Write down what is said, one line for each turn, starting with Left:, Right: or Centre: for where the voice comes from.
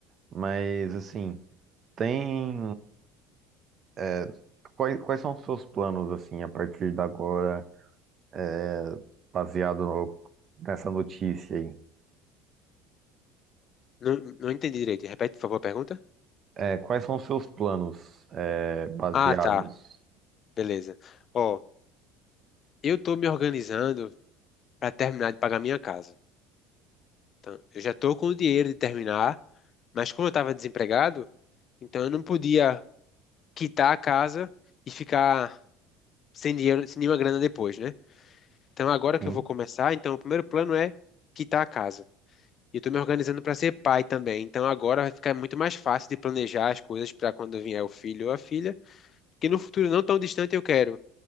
Right: Mas, assim, tem. é, quais, quais são os seus planos, assim, a partir de agora, é, baseado no- nessa notícia aí?
Left: Não, não entendi direito. Repete, por favor, a pergunta?
Right: É, quais são os seus planos, é, baseados
Left: Ah, tá. Beleza. Ó, eu tô me organizando para terminar de pagar minha casa. Então, eu já tô com o dinheiro de terminar, mas como eu estava desempregado, então eu não podia quitar a casa e ficar sem dinheiro, sem nenhuma grana depois, né? Então, agora que
Right: em.
Left: eu vou começar, então o primeiro plano é quitar a casa. E eu estou me organizando para ser pai também. Então, agora vai ficar muito mais fácil de planejar as coisas para quando vier o filho ou a filha. que no futuro não tão distante eu quero